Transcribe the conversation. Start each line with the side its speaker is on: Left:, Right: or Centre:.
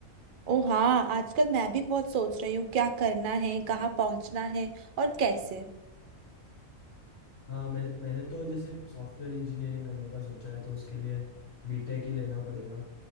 Right: ओ हाँ आजकल मैं भी बहुत सोच रही हूँ क्या करना है कहाँ पहुँचना है और कैसे
Left: हाँ मैंने मैंने तो जैसे सॉफ्टवेयर इंजीनियरिंग करने का सोचा है तो उसके लिए बीटेक ही लेना पड़ेगा